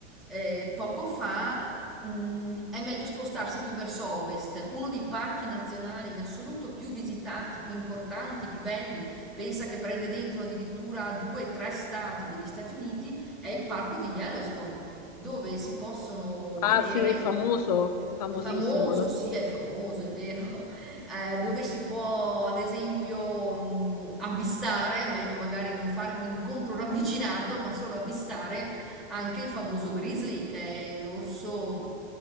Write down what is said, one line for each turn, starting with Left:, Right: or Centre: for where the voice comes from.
Centre: eh, poco fa, mh, è meglio spostarsi più verso ovest. Uno dei parchi nazionali in assoluto più visitati, più importanti, più belli Pensa che prende dentro addirittura due o tre stati degli Stati Uniti, è il parco di Yellowstone, dove si possono
Left: Ah
Centre: vedere
Left: sì, famoso, famosissimo.
Centre: Famoso,
Left: lo-
Centre: sì, è famoso, è vero. <laughs> Eh, dove si può, ad esempio, mh, avvistare, meglio magari non fare un incontro ravvicinato, ma solo avvistare anche il famoso grizzly, che è l'orso